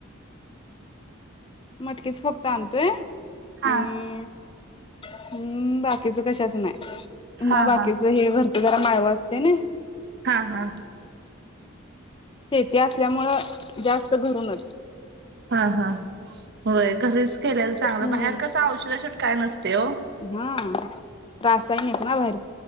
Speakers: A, on the left; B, on the right.
A: मटकीच फक्त आणतोय
B: हा
A: आणि हम्म बाकीच कशाच नाही
B: हा
A: मग बाकीच
B: हा
A: हे भर जरा माळवा असते ना
B: हा हा
A: शेती असल्यामुळं जास्त घडूने
B: हा हा होय खरच केलायला चांगलं
A: हम्म.
B: बाहेर कसं औषधा ट काय नसते हो
A: हा रासायनिक ना बाहेर